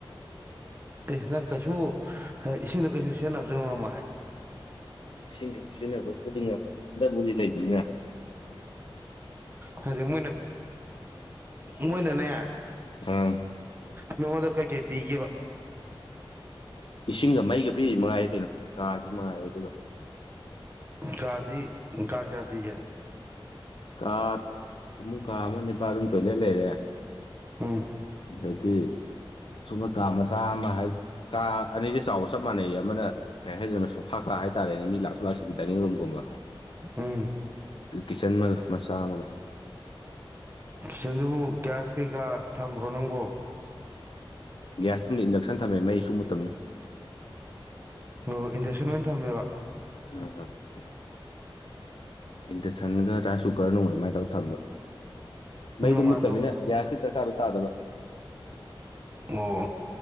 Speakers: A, on the right; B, on the left.
A: ꯑꯦ ꯅꯪ ꯀꯩꯁꯨ ꯏꯁꯤꯡꯗ ꯀꯩꯁꯨ ꯁꯦꯟꯅꯕꯁꯨ ꯉꯝꯃꯣꯏ
B: ꯁꯤꯁꯤꯡꯒ ꯐꯖꯤꯔꯤꯅꯦꯒꯕꯨꯗꯤꯗ ꯨꯗꯤ ꯂꯩꯕ ꯉ
A: ꯍꯥꯏꯗꯤ ꯃꯣꯏꯅ ꯃꯣꯏꯅꯅꯦ
B: ꯑꯥ
A: ꯅꯉꯣꯟꯗ ꯀꯩꯀꯩ ꯄꯤꯒꯦꯈꯤꯕ
B: ꯏꯁꯤꯡꯒ ꯃꯩꯒ ꯄꯤꯔꯤ ꯃꯉꯥꯏꯔꯦ ꯀꯩꯅꯣ ꯉꯥꯁꯤ ꯃꯉꯥꯏꯔꯦ ꯑꯗꯨꯒ
A: ꯀꯥꯗꯤ ꯀꯥ ꯀꯌꯥ ꯄꯤꯒꯦ
B: ꯀꯥ ꯐꯃꯨ ꯀꯥ ꯑꯃ ꯅꯤꯄꯥꯜꯔꯨꯝ ꯇꯣꯏꯂꯦꯠ ꯂꯩꯔꯦ
A: ꯑꯝ
B: ꯑꯗꯒꯤ ꯁꯨꯝꯕ ꯀ ꯃꯆꯥ ꯑꯃ ꯍꯥꯏ ꯀꯥ ꯑꯅꯤꯁꯦ ꯆꯥꯎꯕ ꯆꯞ ꯃꯥꯟꯅꯩ ꯑꯃꯅ ꯀꯩ ꯍꯥꯏꯗꯣꯏꯅꯣ ꯁꯣꯐꯥ ꯀꯥ ꯍꯥꯏꯇꯥꯔꯦꯅꯦ ꯃꯤ ꯂꯥꯛꯊꯣꯛ ꯂꯥꯛꯁꯤꯒ ꯗꯥꯏꯅꯤꯡ ꯔꯨꯝ ꯎꯃ
A: ꯎꯝ
B: ꯀꯤꯠꯆꯟ ꯑꯃꯒ ꯃꯆꯥ ꯑꯃꯒ
A: ꯆꯁꯤꯡꯗꯨꯕꯨ ꯒ꯭ꯌꯥꯁ ꯀꯩꯀꯥ ꯊꯝꯕ꯭ꯔꯣ ꯅꯪꯕꯣ
B: ꯒ꯭ꯌꯥꯁ ꯇꯨꯝꯗ ꯏꯟꯗꯛꯁꯟ ꯊꯝꯃꯦ ꯃꯩ ꯁ ꯃꯨꯠꯇꯃꯤꯅ
A: ꯑꯣ ꯏꯟꯖꯦꯛꯁꯟ ꯑꯣꯏꯅ ꯊꯝꯃꯦꯕ
B: <unintelligible> ꯍꯗ ꯁꯟꯒ ꯔꯥꯁꯨ ꯀꯅꯉ ꯃꯥꯥꯏ ꯇꯧ ꯊꯝꯝꯕ
A: ꯅꯣꯡꯃꯥꯗꯣꯛ
B: ꯃꯩꯗꯣ ꯃꯨꯠꯇꯃꯤꯅꯦ ꯒ꯭ꯌꯥꯁꯀꯤ ꯗꯔꯀꯥꯔꯖꯨ ꯇꯥꯗꯕ
A: ꯑꯣ